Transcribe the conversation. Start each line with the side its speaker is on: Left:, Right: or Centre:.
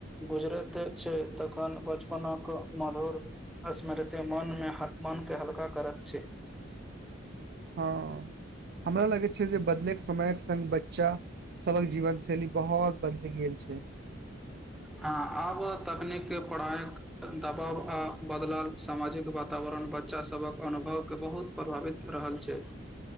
Centre: गुजरैत छै तखन बचपनक मधुर स्मृति मन में तमनके हल्का करैत छै
Right: हँ हमरा लगैत छै जे बदलैके समयक सङ्ग बच्चा सभक जीवन शैली बहुत बदलि गेल छै
Centre: हँ आब तकनीक पढ़ाइक दबाव आ बदलल सामाजिक वातावरण बच्चासभक अनुभवके बहुत प्रभावित रहल छै